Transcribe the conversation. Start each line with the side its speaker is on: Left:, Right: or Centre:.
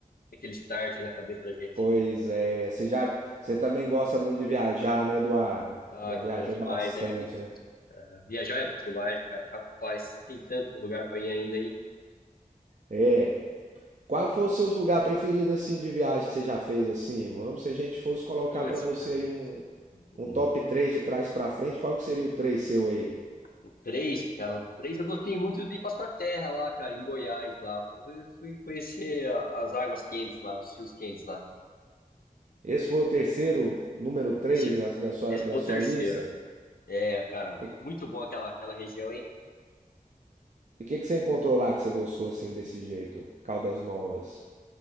Left: aquele start na cabeça da gente.
Right: Pois é, você já, você também gosta muito de viajar, né, Eduardo?
Left: Ah,
Right: Já
Left: cara,
Right: viajou
Left: demais,
Right: bastante,
Left: né?
Right: né?
Left: Viajar é bom demais, cara. Rapaz, tem tanto lugar pra ir ainda, hein?
Right: É. Qual foi o seu lugar preferido assim de viagem que você já fez assim? Vamos, se a gente fosse colocar
Left: Putz,
Right: pra você
Left: cara.
Right: aí um, um
Left: O
Right: top três de trás pra frente, qual que seria o 3 seu aí?
Left: o três, cara, o três eu gostei muito de ir pra sua terra lá, cara, em Goiás lá. Fui, fui conhecer a- as águas quentes lá, os rios quentes lá.
Right: Esse foi o terceiro, número 3
Left: Esse,
Right: da, da sua,
Left: esse
Right: da
Left: foi
Right: sua
Left: o terceiro.
Right: lista?
Left: É, cara,
Right: E
Left: muito bom aquela, aquela região, hein?
Right: o que que você encontrou lá que você gostou assim desse jeito? Caldas Novas.